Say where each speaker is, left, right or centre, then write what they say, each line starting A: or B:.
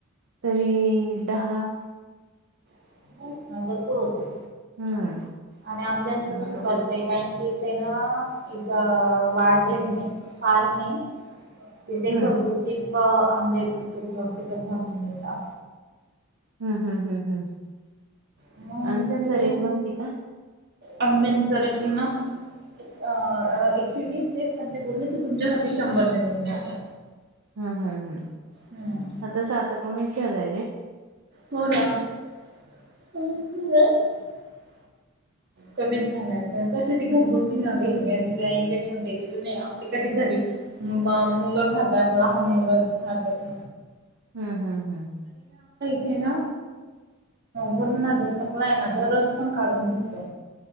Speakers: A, on the right (about 75°); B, on the right (about 50°).
A: तरी, दहा.
B: <unintelligible> भरपूर होते.
A: हंअ.
B: आणि आंब्यांचं कस करतय कारण की ते ना एक वाढणे फार्मये -- तिथे
A: हम्म
B: घरगुती पा आंबे पिकत पिकत घालून मिळता
A: हं हं हं हं
B: मग
A: आणि त्यांचा
B: तिला
A: रेट माहितीय का?
B: आंब्यांचा रेट ना. अ एकशे वीस आहे. पण ते बोलले की तुमच्यासाठी शंभरने देऊन टाक.
A: हम्म. हम्. हम्म.
B: हम्म.
A: आताच आता कमीच आहे का रेट.
B: हो ना. हम् ब <unintelligible> कमीच झालाय. पण कसे ते घरगुती ना इंजेक्शन दिलेली नाही. आपले कसे घर मुलं खातात. लहान मुलं खातात.
A: हम्म, हम्म, हम्म.
B: ते ना वरनादसकला आहे ना. रस पण काढून घेतलो.